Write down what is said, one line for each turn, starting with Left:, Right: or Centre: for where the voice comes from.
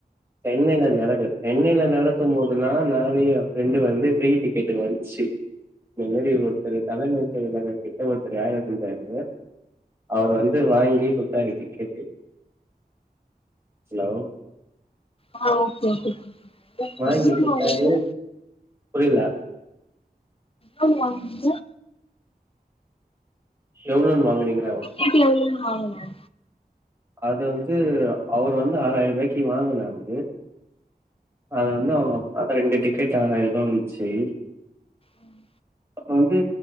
Right: சென்னைல நடக்கற சென்னைல நடக்கும் போதுல்லா நானு எ ஃப்ரெண்டு வந்து ஃப்ரீ டிக்கெட்டு வந்துசி இந்த மேரி ஒருத்தரு தலைமை செயலாளர் கிட்ட ஒருத்தரு வேல செஞ்சாரு அவுர் வந்து வாங்கி குத்தாரு டிக்கெட்டு ஹலோ
Left: ஆ ஓகே ஓகே
Right: வாங்கி
Left: எவ்ளோன்னு
Right: குடுத்தாரு
Left: வாங்குனீங்க எவ்ளோன்னு
Right: புரியல
Left: ஆ வாங்க
Right: எவ்ளோன் வாங்குனீங்களேவா
Left: இட்டு எவ்ளோன் வாங்கனே
Right: அது வந்து அவுர் வந்து ஆறாயிரபாய்க்கி வாங்கனாரு அது வந்து அவுங்கப் அத ரெண்டு டிக்கெட் ஆறாயிரபா வந்துச்சி
Left: உம்
Right: அப்ப வந்து